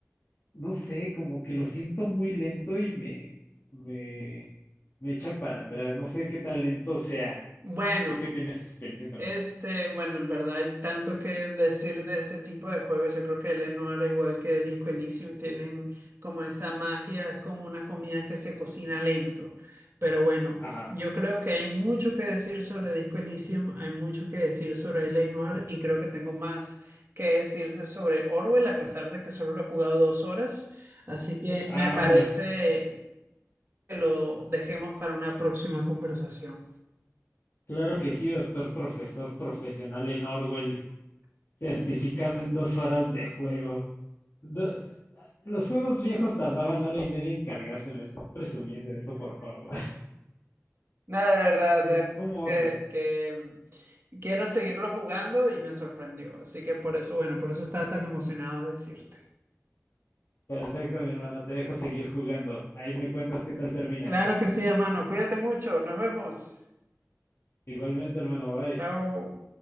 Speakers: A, on the left (about 55°); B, on the right (about 45°).
A: no sé, como que lo siento muy lento y me, me, me echa para atrás. No sé qué tan lento sea.
B: Bueno.
A: Tú que tienes experiencia con
B: Este,
A: él.
B: bueno, en verdad hay tanto que decir de ese tipo de juegos. Yo creo que Lenoir, igual que Disco Elysium, tienen como esa magia, es como una comida que se cocina lento. Pero bueno,
A: Ajá.
B: yo creo que hay mucho que decir sobre Disco Elysium, hay mucho que decir sobre Lenoir y creo que tengo más que decirte sobre Orwell, a pesar de que solo lo he jugado dos horas. Así que
A: Ah,
B: me parece
A: bueno.
B: que lo dejemos para una próxima conversación.
A: Claro que sí, doctor profesor profesional en Orwell, certificado en dos horas de juego. Do- ah, los juegos viejos tardaban hora y media en cargarse, me estás presumiendo eso, por favor. <laughs>
B: Nada, de verdad,
A: ¿Con
B: de verdad
A: ¿Cómo osas?
B: que, que, mm, quiero seguirlo jugando y me sorprendió. Así que por eso, bueno, por eso estaba tan emocionado de decirte.
A: Perfecto, mi hermana, te dejo seguir jugando. Ahí me cuentas qué tal termina.
B: Claro que sí, hermano. Cuídate mucho. Nos vemos.
A: Igualmente, hermano, bye.
B: Chao.